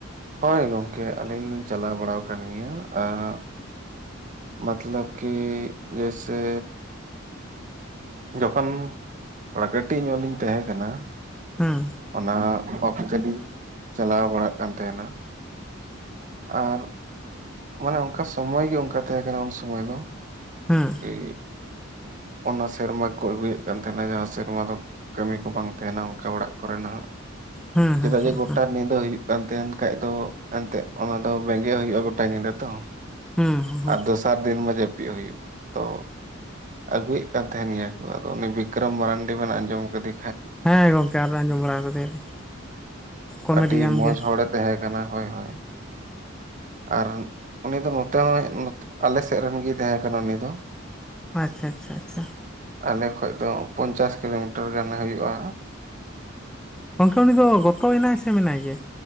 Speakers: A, on the right; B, in the centre.
A: ᱦᱳᱭ ᱜᱚᱝᱠᱮ ᱟᱹᱞᱤᱧ ᱞᱤᱧ ᱪᱟᱞᱟᱣ ᱵᱟᱲᱟᱣ ᱟᱠᱟᱱ ᱜᱮᱭᱟ ᱟᱹᱜ ᱢᱚᱛᱞᱚᱵ ᱠᱤ ᱡᱮᱥᱮ ᱡᱚᱠᱷᱚᱱ ᱛᱷᱚᱲᱟ ᱠᱟᱹᱴᱤᱡ ᱧᱚᱜ ᱤᱧ ᱛᱟᱦᱮᱸ ᱠᱟᱱᱟ
B: ᱦᱮᱸ
A: ᱚᱱᱟ ᱚᱠᱛᱮ ᱞᱤᱧ ᱪᱟᱞᱟᱣ ᱵᱟᱲᱟᱜ ᱠᱟᱱ ᱛᱟᱦᱮᱱᱟ ᱟᱨ ᱢᱟᱱᱮ ᱚᱱᱠᱟ ᱥᱚᱢᱚᱭ ᱜᱮ ᱚᱝᱠᱟ ᱛᱟᱦᱮᱸ ᱠᱟᱱᱟ ᱩᱱ ᱥᱚᱢᱚᱭ ᱫᱚ
B: ᱦᱮᱸ
A: <unintelligible> ᱚᱱᱟ ᱥᱮᱨᱢᱟ ᱠᱚ ᱟᱹᱜᱩᱭᱮᱫ ᱠᱟᱱ ᱛᱟᱦᱮᱱᱟ ᱡᱟᱦᱟᱸ ᱥᱮᱨᱢᱟ ᱫᱚ ᱠᱟᱹᱢᱤ ᱠᱚ ᱵᱟᱝ ᱛᱟᱦᱮᱱᱟ ᱚᱝᱠᱟ ᱚᱲᱟᱜ ᱠᱚᱨᱮᱱᱟᱜ
B: ᱦᱮᱸ ᱦᱮᱸ
A: ᱪᱮᱫᱟᱜ
B: ᱦᱮᱸ
A: ᱡᱮ ᱜᱚᱴᱟ ᱧᱤᱫᱟᱹ ᱦᱩᱭᱩᱜ ᱠᱟᱱ ᱛᱟᱦᱮᱱ ᱠᱷᱟᱡ ᱫᱚ ᱮᱱᱛᱮᱜ ᱚᱱᱟ ᱫᱚ ᱵᱮᱸᱜᱮᱫ ᱦᱩᱭᱩᱜ-ᱟ ᱜᱚᱴᱟ ᱧᱤᱫᱟᱹ ᱛᱚ
B: ᱦᱮᱸ ᱦᱮᱸ
A: ᱟᱨ ᱫᱚᱥᱟᱨ ᱫᱤᱱ ᱢᱟ ᱡᱟᱹᱯᱤᱫ ᱦᱩᱭᱩᱜ-ᱟ ᱛᱚ ᱟᱹᱜᱩᱭᱮᱫ ᱠᱟᱱ ᱛᱟᱦᱮᱱ ᱜᱮᱭᱟ ᱠᱚ ᱟᱫᱚ ᱩᱱᱤ ᱵᱤᱠᱨᱚᱢ ᱢᱟᱨᱟᱱᱰᱤ ᱵᱮᱱ ᱟᱸᱡᱚᱢ ᱠᱟᱹᱫᱤ
B: ᱦᱮᱸ ᱜᱚᱝᱠᱮ ᱟᱨ ᱟᱸᱡᱚᱢ ᱵᱟᱲᱟ ᱠᱟᱫᱮᱭᱟᱞᱤᱧ ᱠᱚᱢᱮᱰᱤᱭᱟᱱ
A: ᱟᱹᱰᱤ ᱢᱚᱸᱡᱽ
B: ᱜᱮ
A: ᱦᱚᱲᱮ ᱛᱟᱦᱮᱸ ᱠᱟᱱᱟ ᱦᱳᱭ ᱦᱳᱭ ᱟᱨ ᱩᱱᱤ ᱫᱚ ᱱᱚᱛᱮ ᱦᱚᱸ ᱱᱚᱛᱮ ᱟᱞᱮ ᱥᱮᱫ ᱨᱮᱱ ᱜᱮᱭ ᱛᱟᱦᱮᱸ ᱠᱟᱱᱟ ᱩᱱᱤ ᱫᱚ
B: ᱟᱪᱪᱷᱟ ᱟᱪᱪᱷᱟ ᱟᱪᱪᱷᱟ
A: ᱟᱞᱮ ᱠᱷᱚᱡ ᱫᱚ ᱯᱚᱧᱪᱟᱥ ᱠᱤᱞᱳᱢᱤᱴᱟᱨ ᱜᱟᱱ ᱦᱩᱭᱩᱜ-ᱟ
B: ᱜᱚᱝᱠᱮ ᱩᱱᱤ ᱫᱚ ᱜᱚᱛᱚᱭᱱᱟᱭ ᱥᱮ ᱢᱮᱱᱟᱭ ᱜᱮᱭᱟᱭ